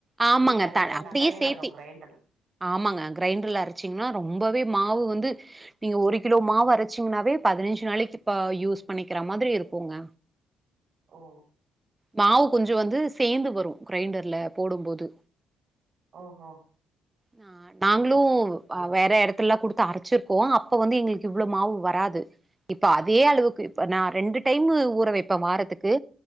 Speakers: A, on the right; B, on the right.
A: ஆமாங்க
B: வீட்ல அரைச்சா
A: த அப்டியே
B: நல்லாவே
A: சேத்தி
B: வரு கிரைண்டர்
A: ஆமாங்க கிரைண்டர்ல அரைச்சிங்னா ரொம்பவே மாவு வந் து நீங்க ஒரு கிலோ மாவு அரைச்சிங்னாவே பதனஞ்சு நாளைக்கு இப்ப யூஸ் பண்ணிக்கிற மாதிரி இருக்குங்க
B: ஓ
A: மாவு கொஞ்ச வந்து சேந்து வரும் கிரைண்டர்ல போடும்போது
B: ஓ ஒ
A: ஆ நாங்களு வேற இடத் இடத்துல கொடுத்து அரைச்சிருக்கோ அப்ப வந்து எங்களுக்கு இவ்வளலோ மாவு வராது இப்ப அதே அளவுக்கு இப்ப நா ரெண்டு டைம் ஊற வைப்ப வாரதுக்கு